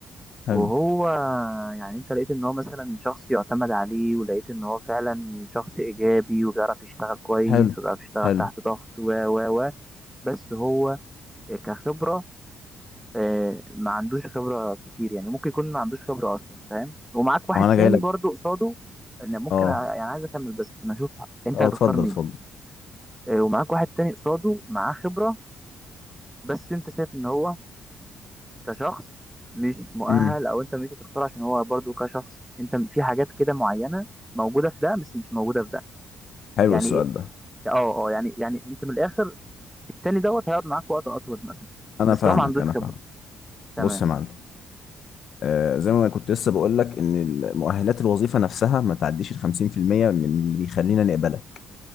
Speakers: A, on the left; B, in the centre.
A: حلو
B: وهو يعني انت لقيت ان هو مثلا شخص يعتمد عليه ولقيت ان هو فعلا شخص ايجابي وبيعرف يشتغل كويس
A: حلو
B: وبيعرف يشتغل
A: حلو
B: تحت ضغط و و و بس هو كخبرة آه، ما عندوش خبرة كتير يعني ممكن يكون ما عندوش خبرة أصلا فاهم ومعاك واحد
A: ما انا جاي
B: تاني
A: لك
B: برضو قصاده أنا ممكن
A: اه
B: أ- يعني عايز أكمل بس عشان أشوف أنت
A: اه
B: هتختار
A: اتفضل
B: مين
A: اتفضل
B: آه، ومعاك واحد تاني قصاده معاه خبرة بس أنت شايف إن هو كشخص مش مؤهل
A: امم
B: أو أنت مش هتختار عشان هو برضو كشخص أنت في حاجات كده معينة موجودة في ده بس مش موجودة في ده
A: حلو
B: يعني
A: السؤال ده
B: اه اه آه، يعني يعني أنت من الآخر التاني دوت هيقعد معاك وقت أطول مثلا
A: انا
B: بس
A: فاهمك
B: هو ما عندوش
A: انا
B: خبرة
A: فاهمك
B: تمام
A: بص يا معلم آه زي ما أنا كنت لسه بقول لك ان مؤهلات الوظيفة نفسها ما تعديش ال 50% من اللي بيخلينا نقبلك